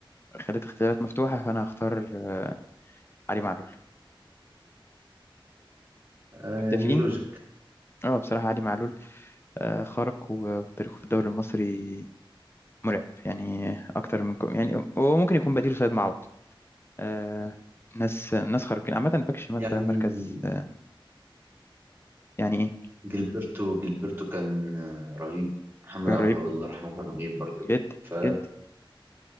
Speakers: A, on the left; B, on the right.
A: خليت اختيارات مفتوحه فانا هختار آه، علي معلول
B: آه
A: متفقين
B: يعني لوجيك
A: اه بصراحه علي معلول آه، خارق و- وتاريخه في الدوري المصري مرعب يعني اكتر من كو... يعني هو ممكن يكون بديله سيد معوض آه ناس ناس خارقين عامه باك شمال
B: يعني
A: ده مركز آه يعني ايه
B: جilberto جilberto كان آه، رهيب محمد
A: رهيب
B: عبد الوهاب الله يرحمه كان رهيب برضه
A: جدا
B: ف
A: جدا